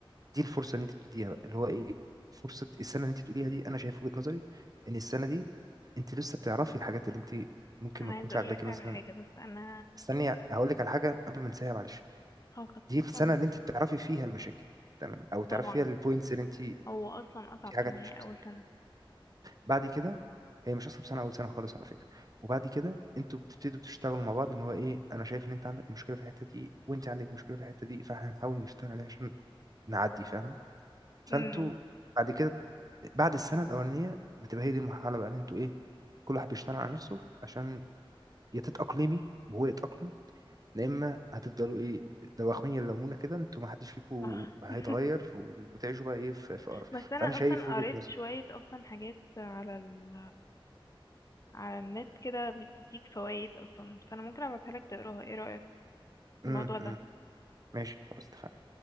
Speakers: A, on the right; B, on the left.
A: دي الفرصه اللي انت بتديها بقى اللي هو ايه فرصه السنه اللي انت بتقوليها دي انا شايف وجهه نظري ان السنه دي انت لسه بتعرفي الحاجات اللي انت ممكن
B: انا
A: ما تكونش
B: عايزه اقول
A: عاجباكي
B: لك
A: مثلا
B: على حاجه بس انا
A: استني هقول لك على حاجه قبل ما انساها معلش
B: اه كت-
A: دي السنه
B: طبعا
A: اللي انت بتعرفي فيها المشاكل تمام او تعرفي
B: طبعا
A: فيها البوينتس اللي انت
B: هو اصلا اصعب
A: في حاجات
B: سنه هي
A: مش بس.
B: اول سنه
A: بعد كده هي مش اصعب سنه اول سنه خالص على فكره وبعد كده انتوا بتبتدوا تشتغلوا مع بعض ان هو ايه انا شايف ان انت عندك مشكله في الحته دي وانت عندك مشكله في الحته دي فاحنا هنحاول نشتغل عليها عشان نعدي فاهم فانتوا
B: امم
A: بعد كده بعد السنه الاولانيه بتبقى هي دي المرحله بقى ان انتوا ايه كل واحد بيشتغل على نفسه عشان يا تتاقلمي وهو يتاقلم يا اما هتفضلوا ايه دواخين يلمونا كده انتوا ما حدش فيكم
B: صح
A: هيتغير
B: <laughs>
A: وتعيشوا بقى ايه في في قرف
B: بس انا
A: فانا شايف
B: اصلا
A: وجهه
B: قريت
A: نظري
B: شويه اصلا حاجات على ال... على النت كده بتديك فوائد اصلا فانا ممكن ابعتها لك تقراها ايه رايك في
A: امم
B: الموضوع ده
A: أمم. ماشي خلاص اتفقنا